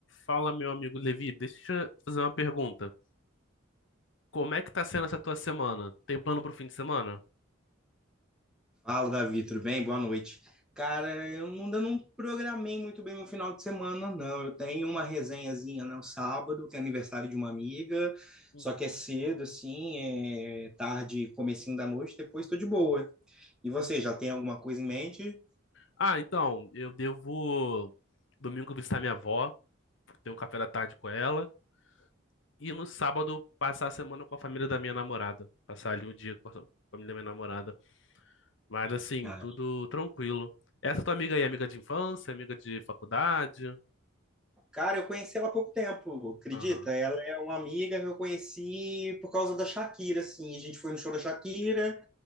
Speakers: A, on the left; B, in the centre.
A: Fala, meu amigo Levi, deixa eu fazer uma pergunta. Como é que tá sendo essa tua semana? Tem plano pro fim de semana?
B: Fala, Davi, tudo bem? Boa noite. Cara, eu ainda não programei muito bem meu final de semana, não. Eu tenho uma resenhazinha no sábado, que é aniversário de uma amiga,
A: Uhum.
B: só que é cedo, assim, é tarde, comecinho da noite, depois tô de boa. E você, já tem alguma coisa em mente?
A: Ah, então, eu devo domingo visitar minha avó, ter um café da tarde com ela, e no sábado passar a semana com a família da minha namorada, passar ali o dia com a família da minha namorada. Mas assim,
B: Ah,
A: tudo tranquilo. Essa tua amiga aí, é amiga de infância, amiga de faculdade?
B: Cara, eu conheci ela há pouco tempo, acredita?
A: Aham.
B: Ela é uma amiga que eu conheci por causa da Shakira, assim. A gente foi no show da Shakira,